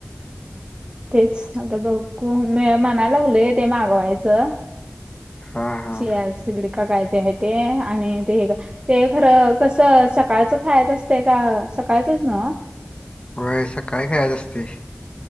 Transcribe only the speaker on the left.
हा हा
व्हय सकाळचं खायचं असतय.